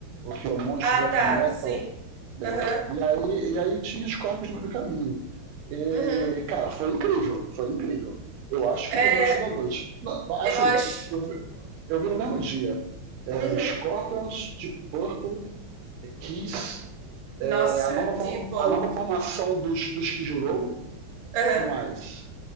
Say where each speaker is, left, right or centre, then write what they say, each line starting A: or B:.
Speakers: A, on the right; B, on the right.
A: aqui, ó, Monsters
B: Ah,
A: of
B: tá,
A: Metal.
B: sim.
A: né?
B: Aham.
A: E aí, e aí tinha Scorpions no meio do caminho. E,
B: Uhum.
A: cara, foi incrível, foi incrível. Eu acho
B: É,
A: que foi o melhor show da noite. Não, Assim,
B: eu acho.
A: eu, vi- eu vi no mesmo dia é,
B: Uhum.
A: Scorpions, Deep Purple, é, Kiss, é,
B: Nossa,
A: a, nova,
B: Deeple.
A: for- a nova formação dos, dos Skid Row,
B: Aham.
A: que mais?